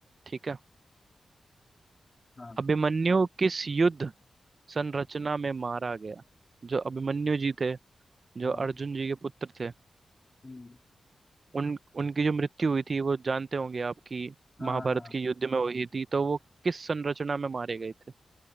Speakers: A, on the right; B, on the left.
A: ठीक है
B: हाँ
A: अभिमन्यु किस युद्ध संरचना में मारा गया जो अभिमन्यु जी थे
B: हाँ
A: जो अर्जुन जी के पुत्र थे
B: हम्म,
A: उन उनकी जो मृत्यु हुई थी वो जानते होंगे आपकी
B: हाँ
A: महाभारत
B: हाँ
A: के युद्ध में हुई थी तो वो किस संरचना में मारे गए थे